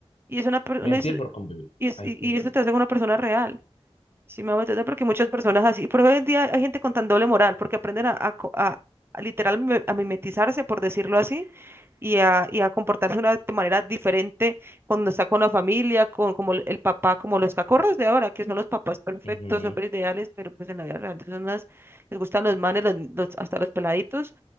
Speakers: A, on the right; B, on the left.
A: y es una, per-
B: mentir
A: una es-
B: por convivir.
A: y, es-
B: Ay,
A: y
B: fue-
A: y eso te hace una persona real. Sí, me hago entender porque muchas personas así, por hoy en día hay gente con tan doble moral, porque aprenden a, a, co- a- a literal me- a mimetizarse, por decirlo así, y a, y a comportarse de una de manera diferente cuando está con la familia, con como el el papá, como los cacorros de ahora, que son los papás perfectos,
B: ujú,
A: hombres ideales, pero pues en la vida real son unas, les gustan los manes, los- los- hasta los peladitos,